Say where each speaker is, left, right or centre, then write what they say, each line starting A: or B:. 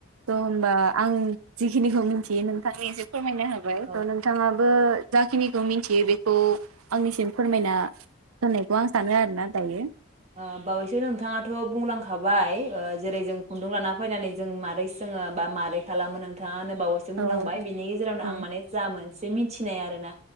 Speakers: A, on the right (about 85°); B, on the right (about 30°).
A: त होमबा आं जिखिनिखौ मिन्थियो नोंथांनि एसे फोरमायना होबाय
B: औ
A: त नोंथाङाबो जाखिनिखौ मिन्थियो बे खौ आंनिसिम फोरमायना होननायखौ आं सानो आरोना दायो
B: औ बावैसो नोंथाङाथ' बुंलांखाबाय ओ जेरै जों खुन्दुं लाना फैनानै जों मारै सोङो बा मारै खालामो नोंथाङानो बावैसो
A: औ
B: बुंलांबाय बिनि गेजेरावनो
A: औ
B: आं माने जा मोन एसे मिथिनाय आरो ना